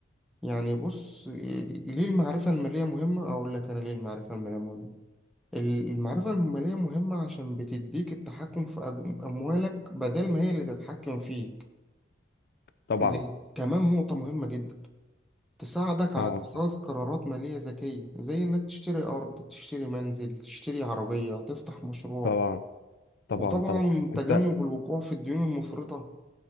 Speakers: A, in the centre; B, on the left.
A: يعني بص إيه، ليه المعرفة المالية مهمة اقول لك انا ليه المعرفة المالية مهمة المعرفة المالية مهمة عشان بتديك التحكم في أم- اموالك بدل ما هي اللي تتحكم فيك
B: طبعا
A: زي- كمان نقطة مهمة جدا تساعدك
B: طبعا
A: على اتخاذ قرارات مالية ذكية زي إنك تشتري أرض تشتري منزل تشتري عربية تفتح مشروع
B: طبعا طبعا
A: وطبعا
B: طبعا انت
A: تجنب الوقوع في الديون المفرطة